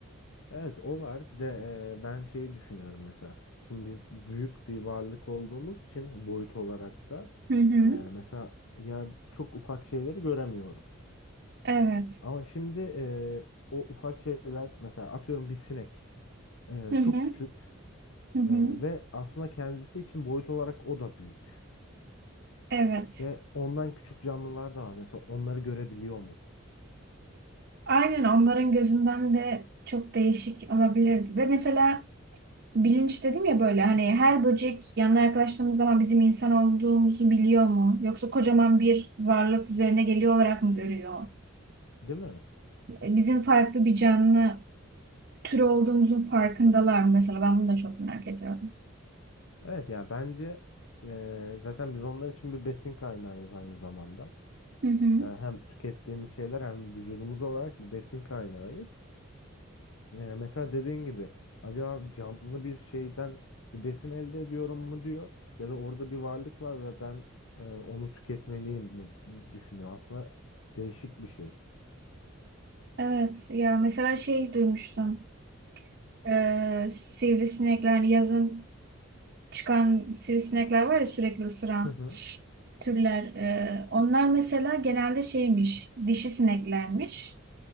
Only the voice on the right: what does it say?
Hı hı.
Evet.
Hı hı.
Hı hı.
Evet.
Aynen onların gözünden de çok değişik olabilirdi. Ve mesela bilinç dedim ya böyle hani her böcek yanına yaklaştığımız zaman bizim insan olduğumuzu biliyor mu? Yoksa kocaman bir varlık üzerine geliyor olarak mı görüyor?
E, Bizim farklı bir canlı türü olduğumuzun farkındalar mı? Mesela ben bunu da çok merak ediyorum.
Hı hı.
Evet ya mesela şey duymuştum. Ee, sivrisinekler hani yazın çıkan sivrisinekler var ya sürekli ısıran
türler. e, onlar mesela genelde şeymiş, dişi sineklermiş.